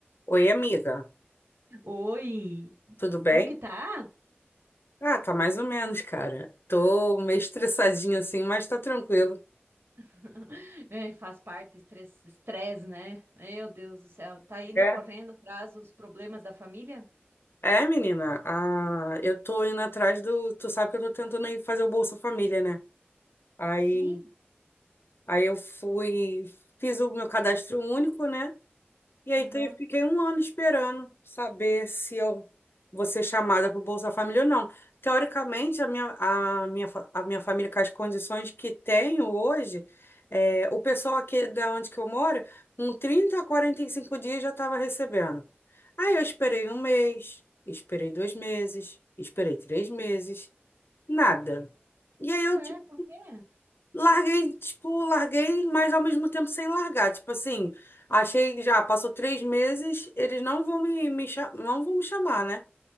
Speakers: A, on the left; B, on the right.
A: Oi, amiga,
B: Oi,
A: tudo bem?
B: como que tá?
A: Ah, tá mais ou menos, cara. Tô meio estressadinha assim, mas tá tranquilo.
B: <laughs> É, faz parte, estresse, estresse, né? Meu Deus do céu, tá ainda
A: É?
B: correndo atrás dos problemas da família?
A: É, menina, ah, eu tô indo atrás do. Tu sabe que eu tô tentando ir fazer o Bolsa Família, né? Aí,
B: Sim,
A: aí eu fui, fiz o meu cadastro único, né? E aí
B: aham.
A: então, eu fiquei um ano esperando saber se eu vou ser chamada para o Bolsa Família ou não. Teoricamente, a minha, a minha, fa- a minha família, com as condições que tenho hoje, é, o pessoal aqui da onde que eu moro, com 30 a 45 dias já estava recebendo. Aí eu esperei um mês, esperei dois meses, esperei três meses, nada. E aí eu,
B: Ué,
A: tipo,
B: por quê?
A: Larguei, tipo, larguei, mas ao mesmo tempo sem largar. Tipo assim, achei que já passou três meses, eles não vão me, me, cha- não vão me chamar, né?